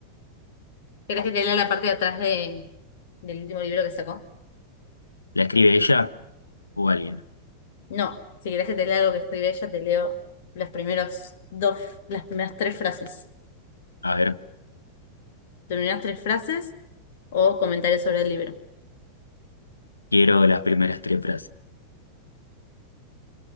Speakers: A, on the left; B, on the left.
A: ¿Querés que te lea la parte de atrás de, del último libro que sacó?
B: ¿La escribe ella o alguien?
A: No. Si querés que te lea lo que escribió ella, te leo los primeros dos, las primeras tres frases.
B: A ver,
A: Las primeras tres frases o comentarios sobre el libro.
B: quiero las primeras tres frases.